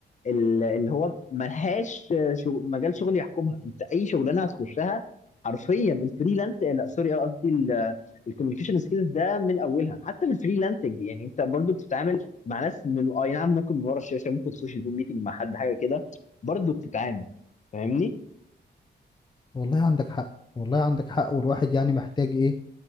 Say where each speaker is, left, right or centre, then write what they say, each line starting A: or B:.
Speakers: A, on the left (about 40°); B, on the left (about 25°).
A: ال- اللي هو ملهاش شغ... مجال شغل يحكمها انت اي شغلانه هتخشها حرفيا الفريلانس لا سوري آه، قصدي الكوميونيكيشن سكيلز ده من اولها حتى في الفريلانسنج يعني انت برضو بتتعامل مع ناس من اي نعم ممكن من ورا الشاشه ممكن تخش زوم ميتنج مع حد حاجه كده برضو بتتعامل فاهمني
B: والله عندك حق والله عندك حق والواحد يعني محتاج ايه